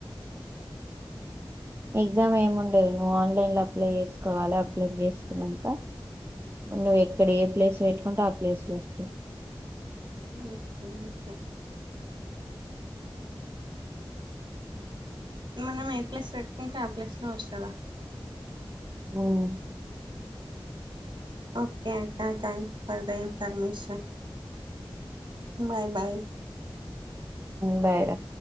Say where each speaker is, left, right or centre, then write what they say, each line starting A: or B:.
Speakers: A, on the right; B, on the right.
A: ఎగ్జామ్ ఏము ఉండేది నువ్వు ఆన్లైన్ లో అప్లై చేసుకోవాలి అప్లై చేసుకున్నాక నువ్వు ఎక్కడ ఏ ప్లేస్ పెట్టుకుంటె ఆ ప్లేస్ లో వస్తు
B: అ ఓకే మనం ఏ ప్లేస్ పెట్టుకుంటే ఆ ప్లేస్ లో వస్తుందా
A: హ్మ్
B: ఓకే అక్కా thank you for the information bye bye
A: bye రా